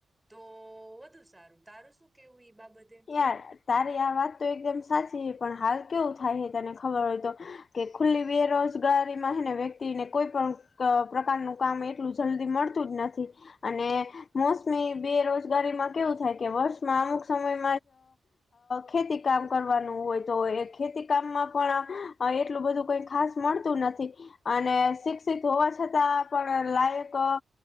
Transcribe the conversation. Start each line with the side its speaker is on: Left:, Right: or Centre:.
Centre: તો વધુ સારું. તારું શું કેવું ઈ બાબતે?
Left: યાર, તારી આ વાત તો એકદમ સાચી પણ હાલ કેવું થાય હે તને ખબર હોય તો કે ખુલ્લી બેરોજગારી માંને હે વ્યક્તિ ને કોઈ પણ પ્રકારનું કામ એટલું જલ્દી મળતું જ નથી અને મોસમી બેરોજગારીમાં કેવું થાય કે વર્ષમાં અમુક સમય ખેતી કામ કરવાનું હોય તો એ ખેતી કામમાં પણ એટલું બધું કંઈ ખાસ મળતું નથી અને શિક્ષિત હોવા છતાં પણ લાયક